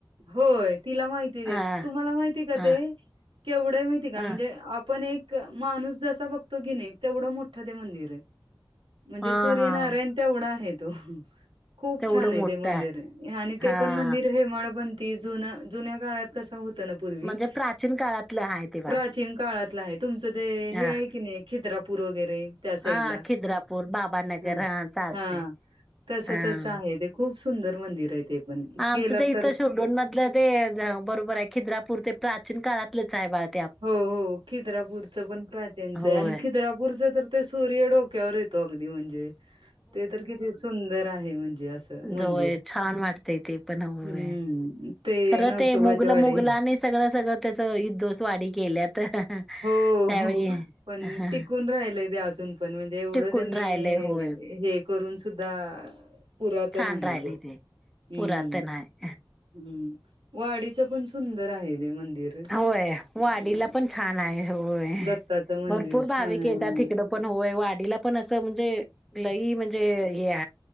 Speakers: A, on the right (about 85°); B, in the centre.
A: होय तिला माहिती द
B: हा
A: तुम्हाला माहिती का? ते
B: हा
A: केवढं माहिती का
B: हा
A: म्हणजे आपण एक माणूस जसा बघतो की नाही, तेवढं मोठं ते मंदिर आहे. म्हणजे
B: हा
A: सूर्यनारायण
B: हा
A: तेवढा आहे तो. खूप
B: तेवढं
A: छान! आहे
B: मोठं
A: ते मंदिर आणि ते
B: हा
A: पण मंदिर हेमांड पंती जुन जुन्या काळात कस होत ना पूर्वी
B: म्हणजे प्राचीन काळातलं आहे ते बाळ
A: प्राचीन काळात तुमचं ते
B: हा
A: हे आहे की नाही खिद्रापूर वगैरे. त्या साईड
B: हा
A: ला
B: खिद्रापूर बाबानगर
A: ह
B: चालतंय
A: हा तस
B: हा
A: तस आहे ते खूप सुंदर मंदिर आहे ते. पण.
B: आमचं
A: गेलात
B: तर इथं शिर्डून मध्ये लं ते बरोबर आहे खिद्रापूर ते प्राचीन काळातलेच आहे, बाज
A: हो हो खिद्रापूरचं पण प्राचीनचं
B: होय
A: आहे, आणि खिद्रापूरचं तर सूर्य डोक्यावर येतो, अगदी म्हणजे ते तर किती सुंदर आहे म्हणजे असं मंदिर.
B: ज होय छान! वाटतयं, ते पण होय
A: हम्म. ते
B: खर
A: नरसोबाची
B: ते मुगल
A: वाडी.
B: मुगला आणि सगळं सगळं त्याच इदोस वाडी केल्यात त्यावेळी
A: हो, हो. पण
B: हा,
A: टिकून राहिलय ते अजून पण म्हणजे एवढं
B: टिकून
A: त्यांनी
B: राहिलंय होय
A: हे करून सुद्धा. पुरातन
B: छान
A: आहे
B: राहिलंय
A: ज हम
B: ते पुरातन आहे
A: हम. वाडीच पण सुंदर आहे ते मंदिर. स-
B: होय,
A: अं,
B: वाडीला पण छान! आहे होय.
A: दत्ताचं मंदिर
B: भरपूर भाविक
A: छान आहे
B: येतात तिकडं पण, होय वाडीला पण असं म्हणजे लई म्हणजे या